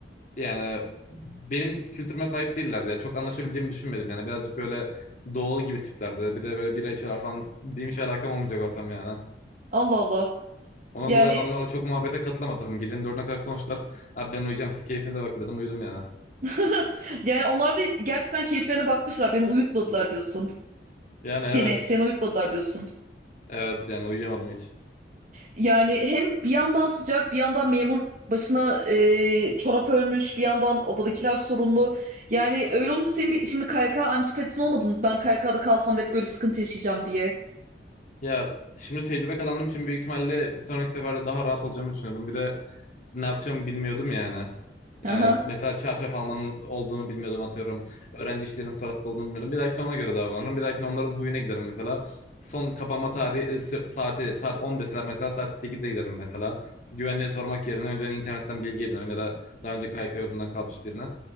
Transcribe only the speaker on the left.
yani benim kültürüme sahip değillerdi ya. Çok anlaşabileceğimi düşünmedim yani. Birazcık böyle doğulu gibi tiplerdi. Bir de böyle bira içiyorlar falan. Benim hiç alakam olmayacak ortam yani.
Ondan
dolayı adamlarla çok muhabbete katılamadım. Gecenin dördüne kadar konuştular. Abi ben uyuyacağım siz keyfinize bakın dedim uyudum yani.
Yani
evet.
Evet yani uyuyamadım hiç.
Ya şimdi tecrübe kazandığım için büyük ihtimalle bir sonraki seferde daha rahat olacağımı düşünüyorum. Bir de ne yapacağımı bilmiyordum yani. Yani
mesela çarşaf almanın olduğunu bilmiyordum atıyorum. Öğrenci işlerinin sırasız olduğunu bilmiyordum. Bir dahakine ona göre davranırım. Bir dahakine onların huyuna giderim mesela. Son kapanma tarihi e, sü- saati saat 10 deseler mesela saat 8'e giderim mesela. Güvenliğe sormak yerine önceden internetten bilgi edinirim ya da daha önce KYK yurdundan kalmış birine.